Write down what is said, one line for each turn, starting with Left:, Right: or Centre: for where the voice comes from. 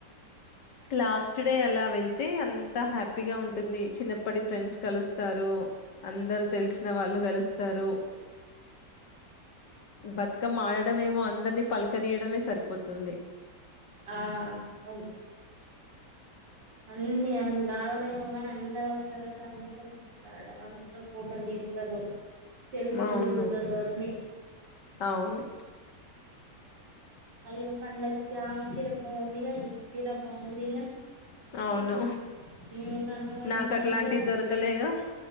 Left: లాస్ట్ డే అలా వెళ్తే అంత హ్యాపీగా ఉంటుంది, చిన్నప్పటి ఫ్రెండ్స్ కలుస్తారు, అందరు తెలిసిన వాళ్ళు కలుస్తారు. బతుకమ్మ ఆడడమేమో అందర్నీ పలకరీయడమే సరిపోతుంది
Right: ఆ నన్ అన్ని దడోడేమో కాని అందరు వస్తారు కదా అందరితో మాట్లాడడం అందరితో ఫోటోలు దిగుతారు సెల్ఫీలు
Left: అవును
Right: దిగుతారు అన్ని
Left: అవును
Right: అయ్యో పండక్క చీర బాగుంది అయో చీర బాగుంది ఇక
Left: అవును
Right: ఇవంగా మంది
Left: నాకు
Right: మదయ
Left: అట్లాంటివి దొరకలేగా